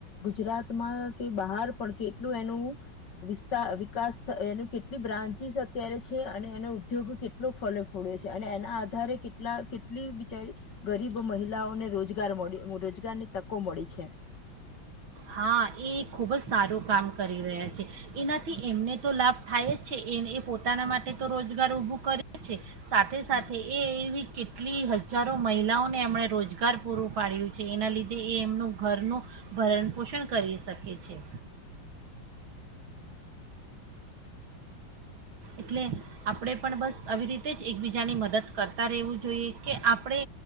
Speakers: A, on the left (about 60°); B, on the right (about 80°).
A: ગુજરાતમાં કે બહાર પણ કેટલું એનું વિસ્ત વિકાસ એનું કેટલી બ્રાન્ચિસ અત્યારે છે અને એનો ઉદ્યોગ કેટલો ફ ફડ્યો છે અને એના આધારે કેટલા કેટલી બિચારી ગરીબ મહિલાઓને રોજગાર મળ રોજગારની તકો મળી છે.
B: હા એ ખૂબ જ સારું કામ કરી રહ્યા છે એનાથી
A: હમ
B: એમને તો લાભ થાય જ છે એ એ પોતાના
A: હમ
B: માટે તો રોજગાર ઊભો કરે છે સાથે સાથે
A: હમ
B: એવી કેટલી હજારો મહિલાઓને એમણે રોજગાર પૂરું પાડ્યું છે એના લીધે તે એ એમનું ઘરનું ભરણ પોષણ કરી શકએ. ખે છેે.
A: <inaudible>
B: એટલે આપણે પણ બસ આવી રીતે જ એકબીજાની મદદ કરતા રહેવું જોઈએ કે આપ આપણે